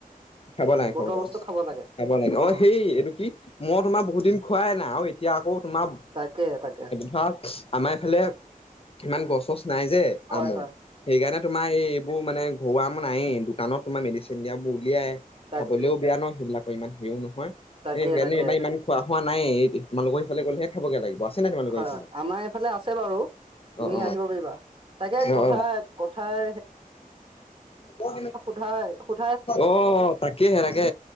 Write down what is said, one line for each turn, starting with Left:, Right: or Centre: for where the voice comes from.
Left: খাব লাগে
Right: বতৰৰ
Left: খাব লাগে
Right: বস্তু খাব লাগে
Left: খাব লাগে অঁ
Right: অ
Left: সেই এইটো কি মই তোমাৰ বহুত দিন খুৱাই নাই আৰু এতিয়া আকৌ তোমাৰ
Right: তাকে তাকে
Left: ধৰা আমাৰফালে ইমান গছ চছ নাই যে
Right: হয়
Left: আমো
Right: হয়
Left: সেইকাৰণে তোমাৰ এই এইবোৰ মানে ঘৰুৱা আম নায়েই তমাৰ মিছে চিয়োৰ উলিয়াই
Right: তাক
Left: খাবলৈও বেয়া ন সেইবিলাকৰ ইমান হেৰিও নহয়
Right: তাকে
Left: এই সেইকাৰণে
Right: তাকে।
Left: এইবাৰ ইমান খোৱা খোৱা নাই এই তোমালোকৰ সেইফালে গলেহে খাবগে লাগিব আছে নে তোমালোকৰ
Right: হয়
Left: সেইফালে
Right: আমাৰ এইফালে আছে বাৰু তুমি
Left: অঁ
Right: আহিব পাৰিবা তাকে কথা
Left: অঁ
Right: কথাৰ
Left: অঁ অঁ।
Right: হয়
Left: অ তাকেহে তাকে